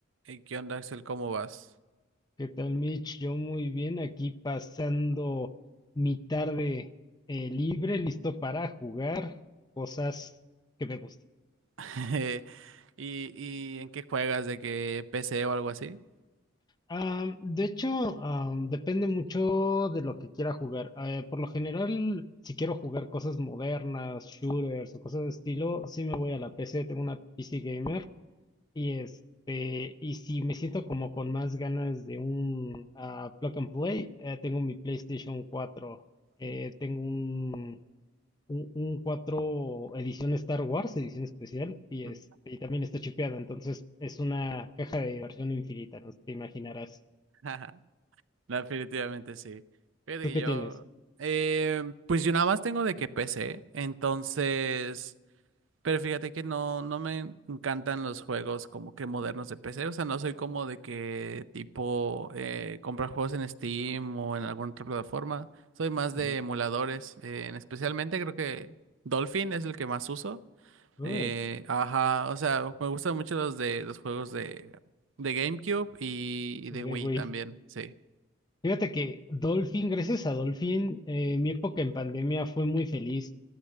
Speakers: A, on the right (about 80°); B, on the left (about 20°).
A: Hey, ¿Qué onda, Axel? ¿Cómo vas?
B: ¿Qué tal, Mitch? Yo muy bien, aquí pasando mi tarde eh, libre, listo para jugar cosas que me gustan.
A: <laughs> ¿Y, y en qué juegas? ¿De qué PC o algo así?
B: Am, de hecho, am, depende mucho de lo que quiera jugar. Eh, por lo general, si quiero jugar cosas modernas, shooters o cosas de estilo, sí me voy a la PC, tengo una PC gamer y este, y si me siento como con más ganas de un ah, plug and play, eh, tengo mi PlayStation cuatro, Eh,
A: Mm,
B: tengo un un, un 4 edición Star Wars, edición especial, y,
A: mm.
B: este, y también está chipeada, entonces es una caja de diversión infinita, no te imaginarás.
A: <laughs> No, definitivamente sí. Fíjate
B: ¿Tú
A: que
B: qué
A: yo,
B: tienes?
A: eh, pues yo nada más tengo de que PC, entonces, pero fíjate que no, no me encantan los juegos como que modernos de PC, o sea, no soy como de que tipo eh, comprar juegos en Steam o en alguna otra plataforma, soy más de
B: Ujú.
A: emuladores, eh, especialmente creo que Dolphin es el que más uso.
B: Uy,
A: Eh, ajá, o sea, me gustan mucho los de los juegos de, de GameCube y, y
B: de
A: de Wii
B: Wii.
A: también, sí.
B: Fíjate que Dolphin, gracias a Dolphin, eh, mi época en pandemia fue muy feliz